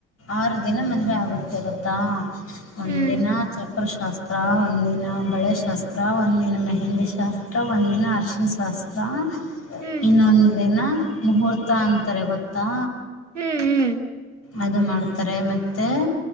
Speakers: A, on the left (about 40°); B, on the right (about 85°).
A: ಆರು ದಿನ ಮದುವೆ ಆಗುತ್ತೆ ಗತ್ತಾ ಒಂದಿನ
B: ಹ್ಮ್
A: ಚಪ್ಪರ್ ಶಾಸ್ತ್ರ ಹತ್ರ ಒಂದಿನ ಬಳೆ ಶಾಸ್ತ್ರ ಒಂದಿನ ಮೆಹಂದಿ ಶಾಸ್ತ್ರ ಒಂದಿನ ಅರ್ಶಿನ್ ಶಾಸ್ತ್ರ
B: ಹ್ಮ್
A: ಇನ್ನೊಂದಿನ ಮುಹೂರ್ತ ಅಂತಾರೆ ಗೊತ್ತಾ
B: ಹ್ಮ್ ಹ್ಮ್
A: ಅದು ಮಾಡ್ತಾರೆ ಮತ್ತೆ